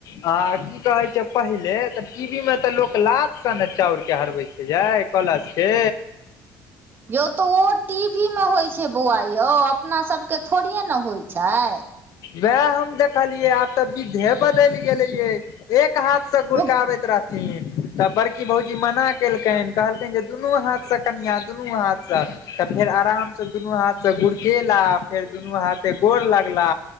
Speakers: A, on the left; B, on the right.
A: की कहै छै पहिले तऽ टीबी में तऽ लोक लाद से ने चाउर के हरबे छै य कलश के
B: यौ तऽ ओ टी वी मे होइत छै बौआ यौ अपना सबके थोड़े ने होइत छै
A: वएह हम देखलियै आब तऽ विधे बदलि गेलेे एक हाथ से गुड़काबैत
B: ओ
A: रहथिन तब बड़की भौजी मना क केलकैन कहलैकैन जे दुनू हाथ से कनिया दुनू हाथ से तऽ फेर आराम से दुनू हाथ त गुड़केेला फेर दुनू हाथे गोर लगला